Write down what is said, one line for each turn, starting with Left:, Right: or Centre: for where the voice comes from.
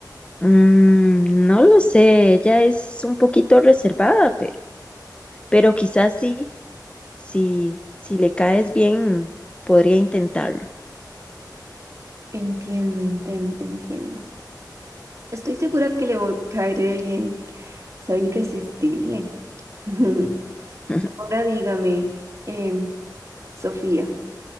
Left: Mm, no lo sé, ella es un poquito reservada, pero, pero quizás sí, si, si le caes bien, podría intentarlo.
Right: Entiendo, inten- entiendo. Estoy segura que le voy a caer bien. Soy irresistible. <laughs>
Left: <laughs>
Right: Ahora dígame, em, Sofía,